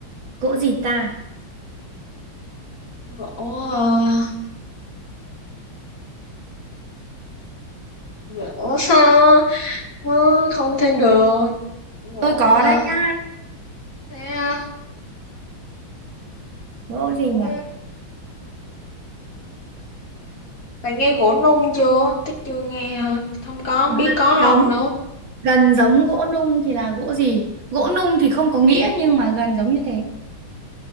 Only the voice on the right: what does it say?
gỗ gì ta
Tôi có
đây nha.
gỗ
gì nhỉ
Gần
giống,
gần giống gỗ nung thì là gỗ gì? Gỗ nung thì không có nghĩa nhưng mà gần giống như thế.